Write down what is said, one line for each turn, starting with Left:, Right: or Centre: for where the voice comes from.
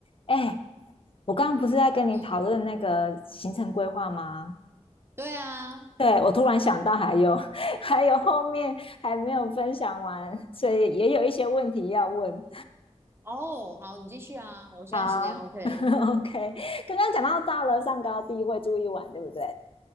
Left: 哎，我刚刚不是在跟你讨论那个行程规划吗？
Right: 嗯，对啊，
Left: 对，我突然想到还有 <laughs> 还有后面还没有分享完，所以也有一些问题要问。
Right: 哦，好，你继续啊，我现在时间
Left: 好啊
Right: OK。
Left: <laughs>，OK，刚刚讲到到了上高地会住一晚，对不对？